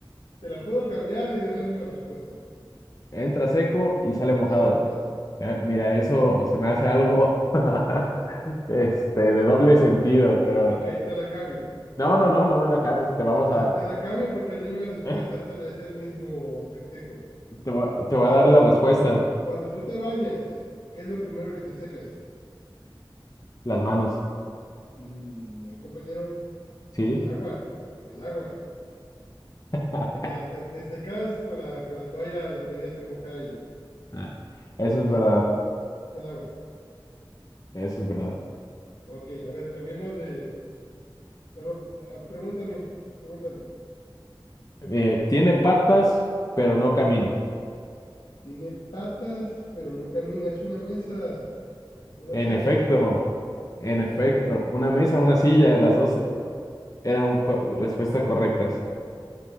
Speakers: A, on the left; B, on the left.
A: Te la puedo cambiar y es la misma respuesta.
B: Entra seco y sale
A: Y
B: mojado.
A: sale mojado.
B: Eh, mira, eso se me hace algo <laughs> este, de doble sentido, pero
A: Ok, te la cambio.
B: no, no, no, no me la cambies. Te
A: No,
B: vamos
A: te,
B: a,
A: te la cambio porque es la misma respuesta,
B: <laughs>
A: es el, es el mismo acertijo.
B: te voy, te voy
A: Cuando,
B: a dar la respuesta.
A: cuando tú te bañas, ¿qué es lo primero que te secas?
B: Las manos,
A: Mm, No, compañero,
B: ¿sí?
A: el agua, el agua.
B: <laughs>
A: O sea, te, te secas con la, con la toalla, la toalla se moja y
B: Ah, Eso
A: te quedas
B: es verdad.
A: seco. Es el agua.
B: Eso es verdad.
A: Ok, a ver, cambiemos de, Carol, ah, pregúntame, pregúntame.
B: Eh, tiene patas, pero no camina.
A: Tiene patas, pero no camina. Es una mesa, una
B: En
A: silla.
B: efecto, en
A: Claro,
B: efecto. Una mesa,
A: claro.
B: una silla, las dos eh, eran co- respuestas correctas.